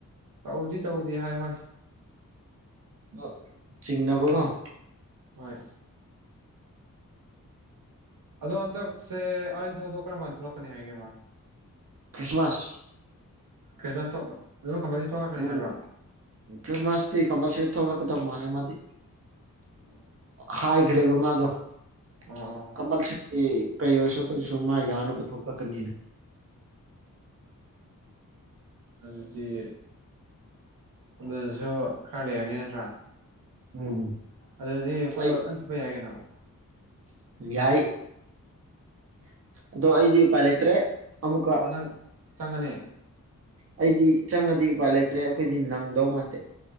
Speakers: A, on the right; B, on the right.
A: ꯇꯧꯗꯤ - ꯇꯧꯗꯤ ꯍꯥꯏ ꯍꯣꯏ꯫
B: ꯑ ꯆꯤꯡꯅꯕ ꯀꯣ ꯫
A: ꯍꯣꯏ꯫ ꯑꯗꯣ ꯍꯟꯗꯛꯁꯦ ꯑꯔꯤꯟꯊꯧꯗꯣ ꯀꯔꯝꯀꯥꯟ ꯊꯣꯛꯂꯛꯀꯅꯤ ꯍꯥꯏꯒꯦ ꯃꯥ?
B: ꯈ꯭ꯔꯤꯁꯃꯥꯁ
A: ꯈ꯭ꯔꯤꯁꯃꯁꯇ ꯑꯗꯨ ꯀꯝꯕꯁꯤ ꯊꯣꯛꯂꯛꯀꯅꯤ
B: ꯎꯝ
A: ꯍꯥꯏꯕ꯭ꯔꯣ?
B: ꯈ꯭ꯔꯤꯁꯃꯥꯁꯇꯤ ꯀꯝꯄꯜꯁꯔꯤ ꯊꯣꯛꯂꯛꯀꯗꯧ ꯃꯥꯜꯂꯦ ꯃꯥꯗꯤ
A: ꯑꯣ
B: ꯍꯥꯏꯈ꯭ꯔꯦꯕ ꯃꯥꯗꯣ <unintelligible>
A: ꯑꯣ
B: ꯑꯦ ꯀꯩ ꯑꯣꯏꯔꯁꯨ ꯀꯩꯁꯨ ꯃꯥ ꯌꯥꯅꯕ ꯊꯣꯛꯂꯛꯀꯅꯤꯅ꯫
A: ꯑꯗꯨꯗꯤ ꯑꯗꯨꯁꯨ ꯈꯔ ꯂꯩꯔꯅꯤ ꯅꯠꯇ꯭ꯔꯥ꯫
B: ꯎꯝ꯫
A: ꯑꯗꯨꯗꯤ ꯑꯩꯈꯣꯏꯕꯥꯛ
B: ꯑꯩ
A: ꯀꯟ ꯆꯠꯄ ꯌꯥꯏꯒꯩꯅꯣ ꯫
B: ꯌꯥꯏ ꯑꯗꯣ ꯑꯩꯗꯤ ꯎꯄꯥꯥꯏ ꯂꯩꯇ꯭ꯔꯦ꯫ ꯑꯃꯨꯛꯀ
A: ꯑꯣ ꯅꯪ ꯆꯪꯉꯅꯤ
B: ꯑꯩꯗꯤ ꯆꯪꯉꯗꯤ ꯎꯄꯥꯏ ꯂꯩꯇ꯭ꯔꯦ ꯑꯩꯈꯣꯏꯗꯤ ꯅꯪꯗꯧ ꯃꯥꯟꯗꯦ